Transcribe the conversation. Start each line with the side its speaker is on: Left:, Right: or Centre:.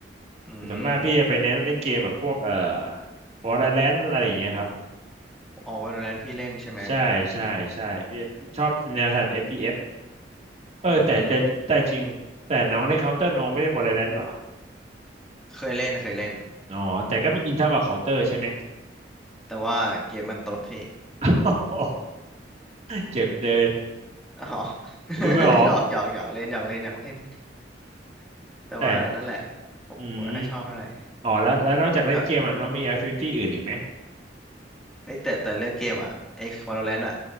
Centre: อืม
Right: ส่วนมากพี่จะไปเน้นเล่นเกมแบบพวกเอ่อ Valorant อะไรอย่างเงี้ยครับ
Centre: อ๋อ Valorant พี่เล่นใช่ไหม
Right: ใช่ใช่ใช่พี่ชอบแนวทาง FPS เอสเออแต่แต่แต่จริงแต่น้องเล่นเคาน
Centre: อืม
Right: o u ต t ร์น้องไม่เล่น Valorant เหรอ
Centre: เคยเล่นเคยเล่น
Right: อ๋อแต่ก็ไม่อินเท่ากับเคาน o เ n อร์ใช่ไหม
Centre: แต่ว่าเกมมันตดพี่
Right: โอ้โห <laughs> เจ็บเลย
Centre: <laughs> อ๋อ <laughs>
Right: มันไม่ออก
Centre: หยอกหยอกหยอกเล่นหยอกเล่นหยอกเล่น
Right: <laughs>
Centre: แต่ว่านั่นแหละ
Right: แต่
Centre: ผมไม่ค่อยชอบเท่าไหร่
Right: อืมอ๋อแล้วแล้วนอกจากเล่นเกมอ่ะน้องมีแอคทิวิตี้อื่นอีกไหม
Centre: แต่ไอยแต่แต่เรื่องเกมอ่ะไอ้ Valorant อ่ะ